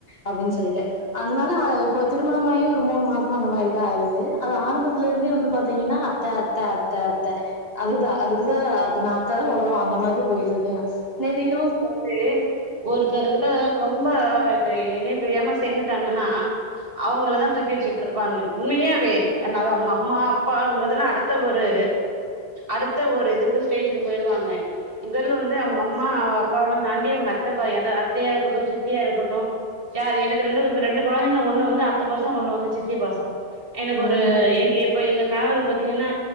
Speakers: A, on the left (about 65°); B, on the right (about 60°).
A: அப்டின்னு சொல்ட்டு அதனால இப்போ திருமணமாயி ஒரு மூணு மாதமா அந்த மாரிதா ஆகுது அது ஆரம்பத்துலேருந்தே வந்து பாத்தீங்கன்னா அத்த அத்த அத்த அத்த அதுதா அதுக்குதா அது நாத்தா உலகோ அந்த மாரி போயிட்ருக்கு ங்க நேத்து இரவு
B: லே ஒருத்தருக்கிட்ட இப்ப ரொம்ப இணை பிரியாம சேர்ந்துட்டாங்கன்னா அவங்கள தா தூக்கி வச்சிட்டு இருப்பாங்க உண்மையாவே அதனால அவுங்க அம்மா அப்பாங்கறதெல்லா அடுத் த ஒரு அடுத்த ஒரு இதுக்கு ஸ்டேஜுக்கு போயிடுவாங்க முதல் வந்து அவுங்க அம்மா அவ அப்பாவல்லா தாண்டி அவுங்க அத்தைப்ப ஏதாது அத்தையா இருக்கட்டு சித்தியா இருக்கட்டு யாரு எனக்கு ரெண்டு ரெண்டு கொழந்தைங்கள ஒண்ணு வந்து அத்த பாசோ ஒண்ணு வந்து சித்தி பாசோ எனக்கு
A: ம்
B: ஒரு
A: ம்
B: <unintelligible> இப்ப எங்க கணவருக்கு பாத்தீங்கன்னா